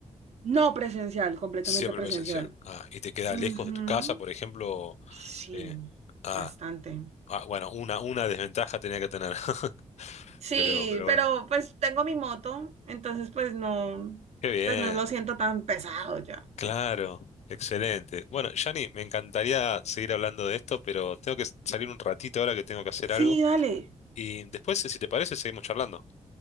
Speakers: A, on the right (about 65°); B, on the left (about 65°).
A: No presencial, completamente
B: Siempre
A: presencial.
B: presencial. Ah, y te queda
A: Ujú.
B: lejos de tu casa, por ejemplo.
A: Sí,
B: eh, ah,
A: bastante.
B: ah, bueno, una, una desventaja tenía que tener. <laughs>
A: Sí,
B: Pero, pero
A: pero
B: bueno.
A: pues tengo mi moto, entonces pues no,
B: Qué bien.
A: pues no lo siento tan pesado ya.
B: Claro. Excelente. Bueno, Yanni, me encantaría seguir hablando de esto, pero tengo que salir un ratito ahora que tengo que hacer
A: Sí,
B: algo.
A: dale.
B: Y después, si te parece, seguimos charlando.